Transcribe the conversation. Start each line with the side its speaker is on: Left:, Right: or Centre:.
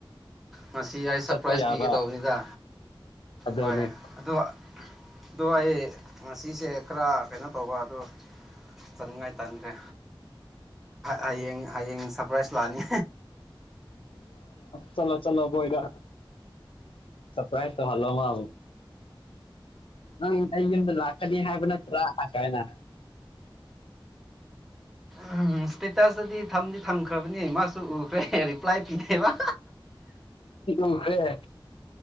Centre: ꯉꯁꯤ ꯑꯩ
Left: ꯆꯠꯄ
Centre: ꯁꯔꯄ꯭ꯔꯥꯏꯁ
Left: ꯌꯥꯕ
Centre: ꯄꯤꯒꯦ ꯇꯧꯕꯅꯤꯗ
Left: ꯑꯗꯨꯅꯤ
Centre: ꯍꯣꯏ ꯑꯣ ꯑꯣ ꯑꯩ ꯉꯁꯤꯁꯦ ꯈꯔ ꯀꯩꯅꯣ ꯇꯧꯕ ꯑꯗꯨ ꯆꯅꯤꯡꯉꯥꯏ ꯇꯟꯈ꯭ꯔꯦ ꯍꯌꯦꯡ ꯍꯌꯦꯡ ꯁꯔꯄ꯭ꯔꯥꯏꯖ ꯂꯥꯛꯑꯅꯤ
Left: ꯆꯂꯣ ꯆꯂꯣ ꯣꯏꯗ ꯁꯔꯄ꯭ꯔꯥꯏꯖ ꯍꯜꯂꯣ ꯃꯥ ꯅꯪ ꯑꯩ ꯌꯨꯝꯗ ꯂꯥꯛꯀꯅꯤ ꯍꯥꯏꯕ ꯅꯠꯇ ꯂ ꯆꯥꯏꯅꯥ
Centre: ꯎꯝ ꯏꯁꯇꯦꯇꯁꯇꯗꯤ ꯊꯝꯗꯤ ꯊꯝꯈ꯭ꯔꯕꯅꯤ ꯃꯥꯁꯨ ꯎꯈ꯭ꯔꯦ ꯔꯤꯄ꯭ꯂꯥꯏ ꯄꯤꯅꯩꯕ
Left: ꯎꯈꯔꯦ